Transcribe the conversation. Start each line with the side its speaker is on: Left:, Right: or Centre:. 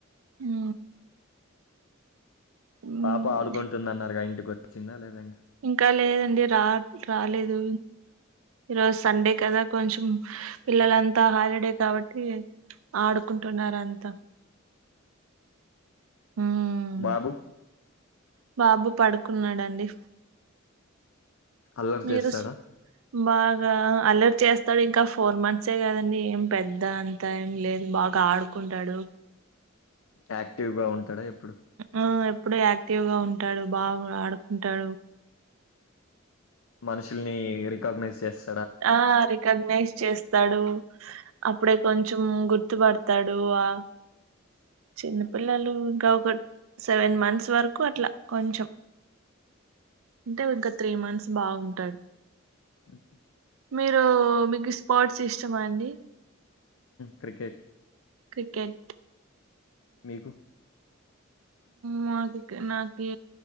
Right: ఉ మ్మ్.
Left: పాప ఆడుకుంటుందన్నారుగా ఇంటికి వచ్చిందా లేద ఇంకా
Right: ఇంకా లేదండి రా రాలేదు ఈరోజు సండే కదా కొంచెం పిల్లలంతా హాలిడే కాబట్టి ఆడుకుంటున్నార అంతా మ్మ్.
Left: బాబు
Right: బాబు పడుకున్నాడండి
Left: అల్లరి
Right: మీరు
Left: చేస్తాడా
Right: స్- బాగా అల్లరి చేస్తాడు ఇంకా ఫోర్ మంత్సే కదండి ఏం పెద్ద అంత ఏం లేదు బాగా ఆడుకుంటాడు
Left: యాక్టివ్ గా ఉంటాడా ఎప్పుడు
Right: ఆ ఎప్పుడ యాక్టివ్ గా ఉంటాడు బాగా ఆడుకుంటాడు
Left: మనుషుల్ని రికగ్నైజ్ చేస్త
Right: ఆ రికగ్నైజ్ చేస్తా స్తాడు, అప్పుడే కొంచెం గుర్తుపడతాడు ఆ చిన్నపిల్లలు ఇంకా ఒక సెవెన్ మంత్స్ వరకు అట్లా కొంచెం అంటే ఇంకా త్రీ మంత్స్. స్ బాగుంటది.
Left: ఉహ్
Right: మీరు మీకు స్పోర్ట్స్ ఇష్టమా అండి?
Left: క్రికెట్.
Right: క్రికెట్.
Left: మీకు?
Right: మాకు నాకి